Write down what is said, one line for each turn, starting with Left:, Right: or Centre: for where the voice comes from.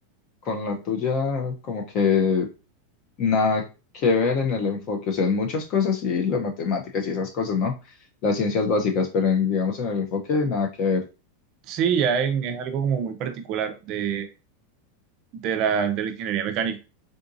Left: con la tuya, como que nada que ver en el enfoque. O sea, en muchas cosas sí, las matemáticas y esas cosas, ¿no? Las ciencias básicas, pero en, digamos en el enfoque nada que ver.
Right: Sí, ya en- es algo como muy particular de, de la, de la ingeniería mecánica.